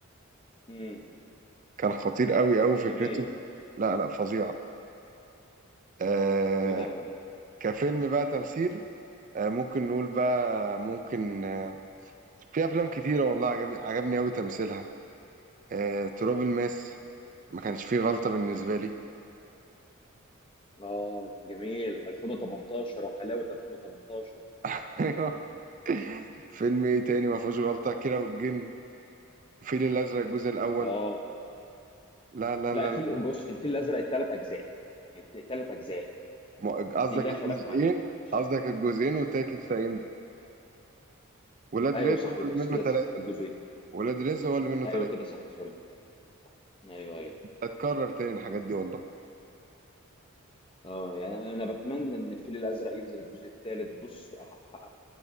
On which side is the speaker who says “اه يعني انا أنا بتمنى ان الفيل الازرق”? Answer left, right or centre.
Left